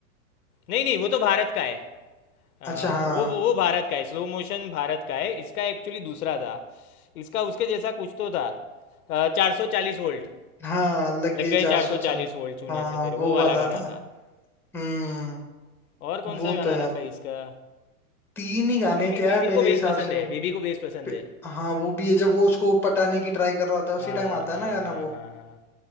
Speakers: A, on the left (about 75°); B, in the centre.
A: नहीं नहीं वो तो भारत का है अ,
B: अच्छा हाँ
A: वो वो वो भारत का है स्लो मोशन भारत का है इसका एक्चुअली दूसरा था इसका उसके जैसा कुछ तो था चार सौ चालीस वोल्ट
B: हाँ लग
A: लग
B: गए
A: गए
B: चार
A: चार
B: सौ
A: सौ
B: चल
A: चालीस वोल्ट छूने
B: हाँ
A: से तेरे
B: वो
A: वो वाला
B: वाला
A: गाना
B: था
A: था
B: हम्म
A: और कौन
B: वो
A: सा गाना
B: तो यार
A: था भाई इसका
B: तीन ही गाने
A: बेबी
B: थे यार
A: बेबी
B: मेरे
A: को बेस
B: हिसाब
A: पसंद
B: से
A: है बेबी को बेस पसंद
B: पे-
A: है
B: हाँ वो भी है जब वो उसको पटाने की ट्राई कर रहा होता है उसी
A: हाँ
B: टाइम आता
A: हाँ
B: है ना गाना
A: हाँ
B: वो
A: हाँ हाँ